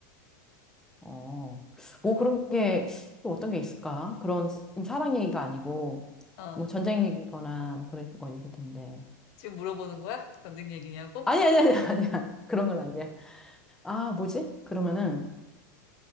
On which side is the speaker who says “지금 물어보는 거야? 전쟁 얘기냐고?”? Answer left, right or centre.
Left